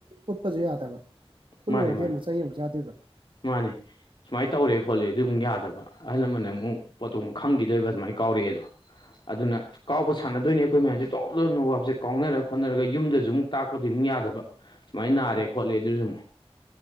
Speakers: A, on the right; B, on the left.
A: ꯎꯠꯄꯁꯨ ꯌꯥꯗꯕ ꯎꯠꯂꯨꯔꯗꯤ
B: ꯃꯥꯅꯦ ꯃꯥꯅꯦ
A: ꯑꯃꯨꯛ ꯆꯪ ꯑꯃꯨꯛ ꯆꯥꯗꯣꯏꯕ
B: ꯃꯥꯅꯦ ꯁꯨꯃꯥꯏ ꯇꯧꯔꯦ ꯈꯣꯠꯂꯦ ꯑꯗꯨꯃꯨꯛ ꯌꯥꯗꯕ ꯑꯍꯜ ꯂꯃꯟꯅ ꯑꯃꯨꯛ ꯄꯣꯠꯇꯣ ꯑꯃꯨꯛ ꯈꯪꯈꯤꯗꯣꯏꯕ ꯁꯨꯃꯥꯏ ꯀꯥꯎꯔꯛꯑꯦꯗꯣ ꯑꯗꯨꯅ ꯀꯥꯎꯕ ꯁꯥꯟꯅꯗꯣꯏꯅꯦ ꯑꯩꯈꯣꯏ ꯃꯌꯥꯝꯁꯦ ꯇꯣꯞ ꯇꯣꯞꯅ ꯋꯥꯞꯁꯦ ꯀꯥꯎꯅꯔ ꯈꯣꯠꯅꯔꯒ ꯌꯨꯝꯗꯁꯨ ꯑꯃꯨꯛ ꯇꯥꯛꯄꯗꯤ ꯑꯃꯨꯛ ꯌꯥꯗꯕ ꯁꯨꯃꯥꯏꯅ ꯅꯥꯔꯦ
A: ꯑꯧ
B: ꯈꯣꯠꯂꯦ ꯑꯗꯨꯁꯨ ꯑꯃꯨꯛ